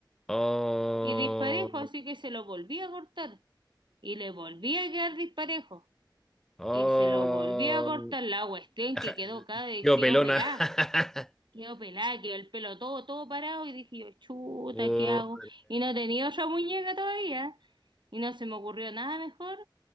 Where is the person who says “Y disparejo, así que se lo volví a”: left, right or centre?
Right